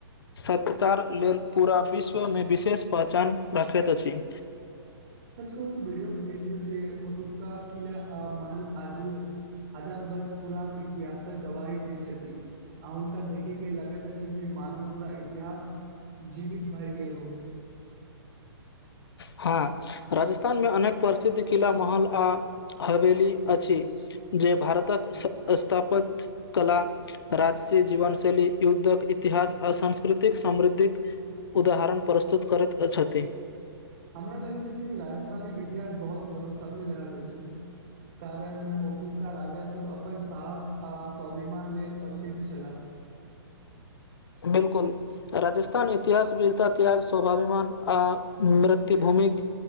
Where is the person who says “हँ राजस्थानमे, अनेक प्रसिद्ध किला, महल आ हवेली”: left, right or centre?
Left